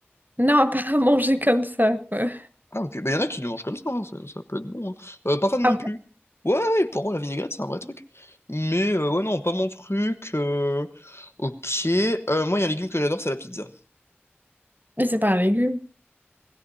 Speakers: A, on the right; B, on the left.
A: Non, <laughs> pas à manger comme ça, quoi.
B: Ah ok, bah, y en a qui le mangent comme ça, hein, Ça, ça peut être bon. hein. Euh, pas fan non
A: Ah
B: plus.
A: bon?
B: Ouais, ouais, le poireau à la vinaigrette, c'est un vrai truc. Mais euh, ouais, non, pas mon truc. euh, Ok, Euh, moi, il y a un légume que j'adore, c'est la pizza.
A: Mais c'est pas un légume.